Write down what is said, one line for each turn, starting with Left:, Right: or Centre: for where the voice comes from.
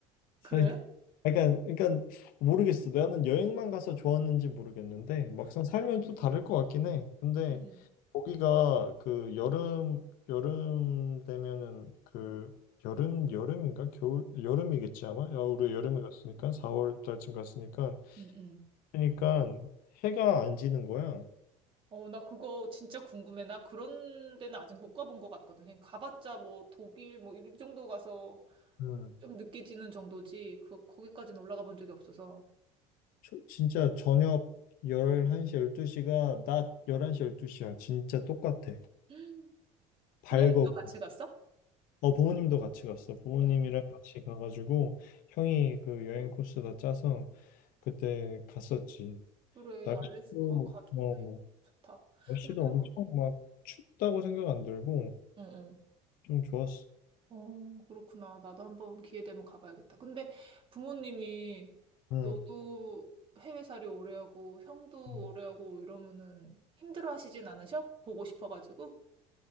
Left: 살
Right: 그래?
Left: 그러니까 그러니까 모르겠어. 나는 여행만 가서 좋았는지 모르겠는데 막상 살면 또 다를 것 같긴 해. 근데
Right: 응
Left: 거기가 그 여름 여름 되면은 그 여름 여름인가 겨울 여름이겠지 아마. 야, 우리 여름에 갔으니까 4월 달쯤 갔으니까
Right: 응, 응.
Left: 그러니까 해가 안 지는 거야.
Right: 어, 나 그거 진짜 궁금해. 나 그런 데는 아직 못 가본 것 같거든. 그냥 가봤자 뭐 독일 뭐 이 정도 가서
Left: 음.
Right: 좀 늦게 지는 정도지. 그, 거기까지는 올라가 본 적이 없어서.
Left: 저- 진짜 저녁 11시 12시가 낮 11시 12시야. 진짜 똑같아.
Right: 음.
Left: 밝어.
Right: 부모님도 같이 갔어?
Left: 어, 부모님도 같이 갔어. 부모님이랑
Right: 어.
Left: 같이 가가지고 형이 그 여행 코스 다 짜서 그때 갔었지.
Right: 그래,
Left: 날씨도
Right: 알래스카 가족여행
Left: 어,
Right: 좋다.
Left: 날씨도
Right: 근데 부모,
Left: 엄청 막 춥다고 생각 안 들고
Right: 어, 어.
Left: 좀 좋았어.
Right: 어, 그렇구나. 나도 한번 기회 되면 가봐야겠다. 근데 부모님이
Left: 응.
Right: 너도 해외살이 오래 하고, 형도
Left: 음.
Right: 오래 하고 이러면은 힘들어 하시진 않으셔? 보고 싶어가지고.